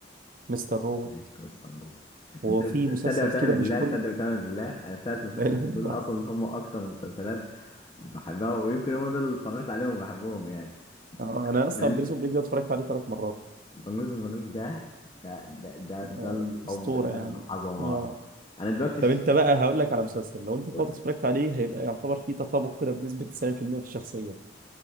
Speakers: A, on the right; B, on the left.
A: مستر روبوت
B: عليك بص الله
A: وفي
B: انت
A: مسلسل
B: تصدق وتعمل
A: كده
B: بالله
A: مش كل
B: تصدق وتعمل بالله انا الثلاث
A: <laughs>
B: مسلسلات
A: لا اله الا
B: دول
A: الله
B: اصلا هم اكتر مسلسلات بحبها ويمكن هم دول اللي اتفرجت عليهم وبحبهم يعني
A: آه انا اصلا
B: انا
A: بريزون بريك ده اتفرجت عليه ثلاث مرات
B: بنجوز البريك ده ده ده ده, ده
A: آه
B: الحب
A: اسطوره
B: ده
A: يعني
B: العظمه
A: اه
B: انا دلوقتي
A: طب
B: ش...
A: انت بقى هقول لك على مسلسل لو انت طلعت
B: قول
A: اتفرجت عليه هيبقى يعتبر فيه تطابق كده بنسبه 90% في المية في الشخصيه